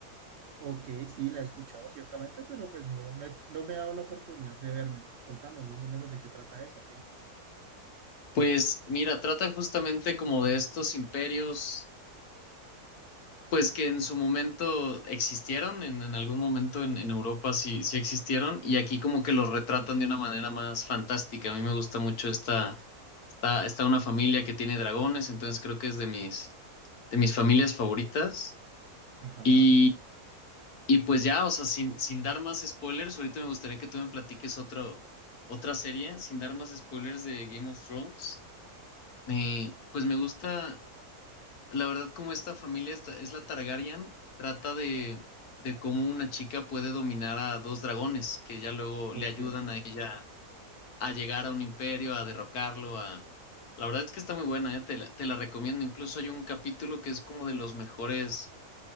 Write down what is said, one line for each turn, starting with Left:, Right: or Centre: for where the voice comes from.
Right: Ok, sí, la he escuchado ciertamente, pero pues no, no, he- no me he dado la oportunidad de vérmela. Contame más o menos de qué trata eso, ok.
Left: Pues mira, trata justamente como de estos imperios, pues que en su momento existieron, en, en algún momento en, en Europa sí, sí existieron, y aquí como que los
Right: Ujú,
Left: retratan de una manera más fantástica. A mí me gusta mucho esta Está, está una familia que tiene dragones, entonces creo que es de mis, de mis familias favoritas.
Right: Ajá,
Left: Y, y pues ya, o sea, sin, sin dar más spoilers, ahorita me gustaría que tú me platiques otro, otra serie, sin dar más spoilers de Game of Thrones. Me, pues me gusta, la verdad, como esta familia esta- es la Targaryen, trata de, de cómo una chica puede dominar a dos dragones que ya luego
Right: ok.
Left: le ayudan a ella a llegar a un imperio, a derrocarlo, a... La verdad es que está muy buena, ¿eh? Te la, te la recomiendo. Incluso hay un capítulo que es como de los mejores